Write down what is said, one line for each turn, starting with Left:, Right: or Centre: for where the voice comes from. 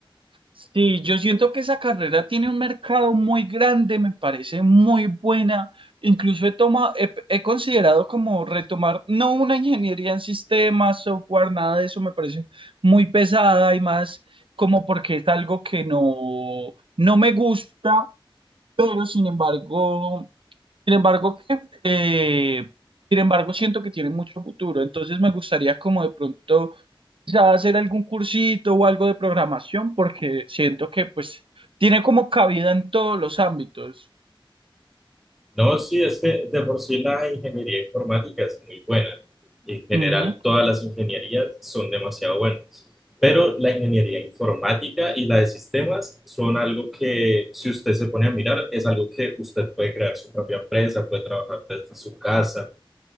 Right: Sí, yo siento que esa carrera tiene un mercado muy grande, me parece muy buena. Incluso he toma- he, he considerado como retomar, no una ingeniería en sistemas, software, nada de eso, me parece muy pesada y más como porque es algo que no, no me gusta, pero sin embargo, sin embargo, que, eh, sin embargo, siento que tiene mucho futuro. Entonces me gustaría como de pronto quizá hacer algún cursito o algo de programación, porque siento que pues tiene como cabida en todos los ámbitos.
Centre: No, sí, es que de por sí la ingeniería informática es muy buena. En general,
Right: Ujú.
Centre: todas las ingenierías son demasiado buenas. Pero la ingeniería informática y la de sistemas son algo que, si usted se pone a mirar, es algo que usted puede crear su propia empresa, puede trabajar desde su casa.